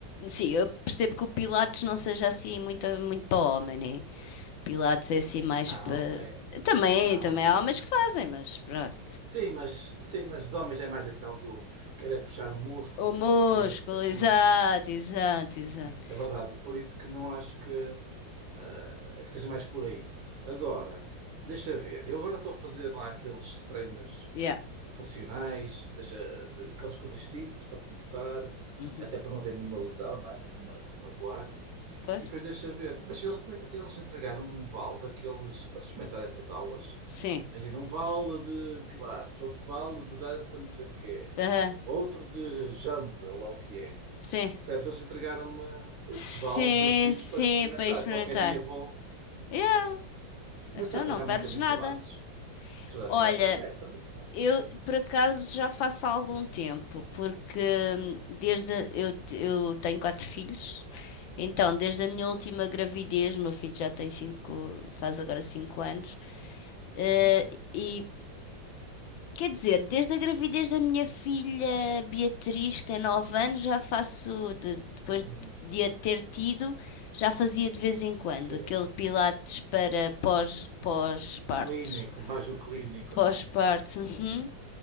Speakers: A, on the left; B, on the right.
A: Sim, eu percebo que o Pilates não seja assim muito, muito para homem, né? Pilates é assim mais
B: Não,
A: para.
B: é.
A: Também,
B: Não,
A: também
B: não-
A: há homens que fazem, mas pronto.
B: Sim, mas, sim, mas os homens é mais aquela do querer puxar o músculo
A: O
B: e
A: músculo,
B: não sei o quê, não sei o que
A: exato,
B: mais.
A: exato, exato.
B: É verdade, e por isso que não acho que, ah, seja mais por aí. Agora, deixa ver, eu agora estou a fazer lá aqueles treinos
A: Yeah.
B: funcionais, deixa, de- aquelas coisas simples para começar,
A: Uhum.
B: até para não haver nenhuma lesão, não é? Nenhuma, não me magoar.
A: Pois?
B: E depois deixa ver. Mas eles também, até eles entregaram um vale daqueles para experimentar essas aulas.
A: Sim.
B: Imagina, um vale de pilates, outro vale de dança, não sei de quê,
A: Aham.
B: outro de jump, ou lá o que é.
A: Sim.
B: Percebes? Eles entregaram-me esses
A: Sim,
B: vales gratuitos
A: sim,
B: para experimentar.
A: para experimentar.
B: Qualquer dia vou.
A: Yeah. Então
B: Mas estás tá
A: não
B: já
A: perdes
B: há muito tempo em
A: nada.
B: pilates. Tu já
A: Olha,
B: já deves ser mestre nisso, não?
A: Eu, por acaso, já faço há algum tempo, porque hum, desde eu, te- eu tenho quatro filhos, então desde a minha última gravidez, meu filho já tem cinco,
B: Sim,
A: faz agora cinco anos,
B: sim,
A: eh,
B: sim.
A: e quer dizer, desde a gravidez da minha filha Beatriz, que tem nove anos, já faço, de- depois
B: Uhum.
A: de a ter tido, já fazia de vez em quando
B: Sim.
A: aquele pilates para pós, pós-parto.
B: Clínico, mais o clínico,
A: Pós-parto,
B: não é?
A: uhum.